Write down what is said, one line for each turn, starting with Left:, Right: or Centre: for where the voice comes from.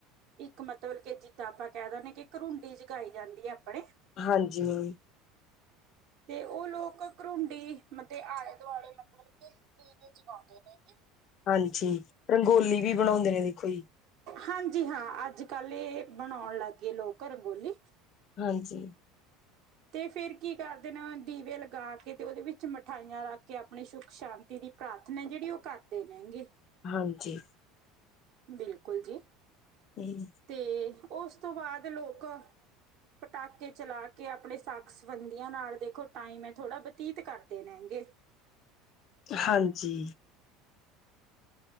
Right: ਇੱਕ ਮਤਲਬ ਕੇ, ਜਿੱਦਾਂ ਆਪਾਂ ਕਹਿ ਦਿੰਦੇ ਕਿ, ਘਰੁੰਡੀ ਜਗਾਈ ਜਾਂਦੀ ਹੈ, ਆਪਣੇ
Left: ਹਾਂਜੀ
Right: ਤੇ ਉਹ ਲੋਕ ਘੁਰੁੰਡੀ, ਮਤੇ ਆਲੇ ਦੁਆਲੇ ਮਤਲਬ ਕੇ ਦੀਵੇ, ਜਗਉਦੇ ਨੇ ਗੇ
Left: ਹਾਂਜੀ, ਰੰਗੋਲੀ ਵੀ ਬਣਾਉਂਦੇ ਨੇ, ਦੇਖੋ ਜੀ
Right: ਹਾਂਜੀ ਹਾਂ, ਅੱਜ- ਕੱਲ ਇਹ ਬਣਾਉਣ ਲੱਗ ਗਏ ਲੋਕ ਰੰਗੋਲੀ
Left: ਹਾਂਜੀ
Right: ਤੇ ਫੇਰ ਕੀ ਕਰਦੇ ਨੇ, ਦੀਵੇ ਲਗਾ ਕੇ ਤੇ, ਉਹਦੇ ਵਿੱਚ ਮਿਠਾਈਆਂ ਰੱਖ ਕੇ, ਆਪਣੀ ਸੁੱਖ ਸ਼ਾਂਤੀ ਦੀ ਪ੍ਰਾਰਥਨਾ, ਜਿਹੜੀ ਉਹ ਕਰਦੇ ਨੇ, ਗੇ
Left: ਹਾਂਜੀ
Right: ਬਿਲਕੁਲ ਜੀ
Left: ਹਮ
Right: ਤੇ ਉਸ ਤੋਂ ਬਾਅਦ ਲੋਕ, ਪਟਾਕੇ ਚਲਾ ਕੇ ਆਪਣੇ ਸਾਕ ਸਬੰਧੀਆਂ ਨਾਲ, ਦੇਖੋ ਟਾਈਮ ਹੈ, ਥੋੜਾ ਬਤੀਤ ਕਰਦੇ ਨੇ, ਗੇ
Left: ਹਾਂਜੀ